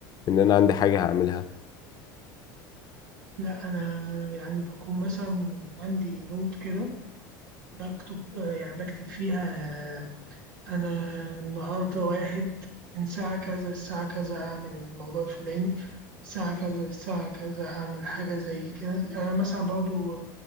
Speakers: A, on the left; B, on the right.
A: إن أنا عندي حاجة هعملها
B: لا أنا يعني بكون مثلا عندي نوت كده بكتب آه، يعني بكتب فيها آه، أنا النهاردة واحد من ساعة كذا للساعة كذا هعمل الموضوع الفلاني الساعة كذا للساعة كذا هعمل حاجة زي كده يعني أنا مثلا برضو